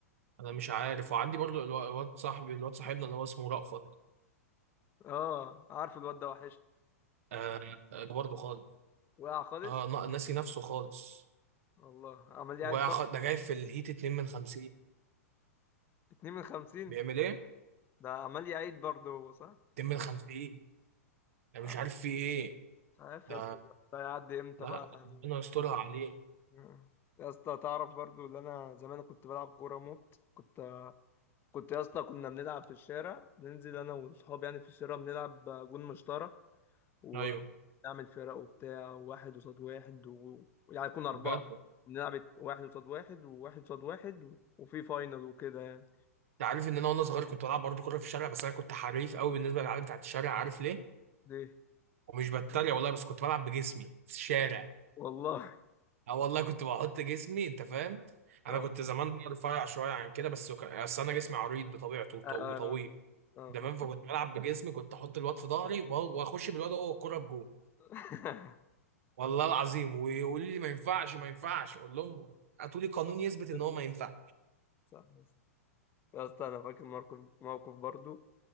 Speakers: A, on the right; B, on the left.
A: انا مش عارف وعندي برضو الو- الواد صاحبي الواد صاحبنا اللي هو اسمه رأفت
B: اه عارف الواد ده وحش
A: آه آه، برضو خالص
B: وقع خالص
A: اه نا- ناسي نفسه خالص
B: والله عمال يعيد
A: وقع
B: برضه
A: خ- ده جاي في الهيت 2 من 50
B: اتنين من خمسين
A: بيعمل ايه
B: ده عمال يعيد برضه هو صح
A: 2 من 50 انا
B: عم-
A: مش عارف فيه ايه
B: مش عارف
A: ده
B: يا اسطى ده هيعدي امتى
A: لا
B: بقى يعني
A: ربنا يسترها عليه
B: آه. يا اسطى تعرف برضه اللي انا زمان كنت بلعب كورة موت كنت كنت يا اسطى كنا بنلعب في الشارع ننزل انا واصحابي يعني في الشارع بنلعب جون مشترك ونعمل
A: ايوه
B: فرق وبتاع واحد قصاد واحد و... يعني كنا أربعة
A: بجد
B: نلعب واحد قصاد واحد وواحد قصاد واحد و... وفي فاينل وكده يعني
A: انت عارف ان انا وانا صغير كنت بلعب برضه كوره في الشارع بس انا كنت حريف قوي بالنسبه للعيال بتاعت الشارع عارف ليه
B: ليه
A: ومش بتريق والله بس كنت بلعب بجسمي في الشارع
B: والله
A: اه والله كنت بحط جسمي انت فاهم
B: اه
A: انا كنت زمان رفيع شويه عن كده بس وك- اصل انا جسمي عريض بطبيعته وط-
B: اه
A: وطويل
B: آه،
A: انت فاهم
B: خ-
A: فكنت بلعب بجسمي كنت احط الواد في ظهري وه- واخش بالواد هو الكوره بجول
B: <laughs>
A: والله العظيم ويقول لي ما ينفعش ما ينفعش اقول لهم هاتوا لي قانون يثبت
B: تمام.
A: ان هو ما ينفع
B: صح يا اسطى يا اسطى انا فاكر موقف موقف برضو